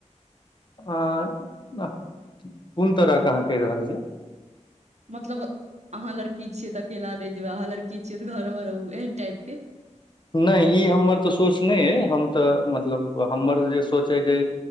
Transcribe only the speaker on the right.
मतलब अहाँ लड़की छीयै तऽ अकेला ले जेबै अहाँ लड़की छीयै तऽ घर मे रहु, एहन टाइप के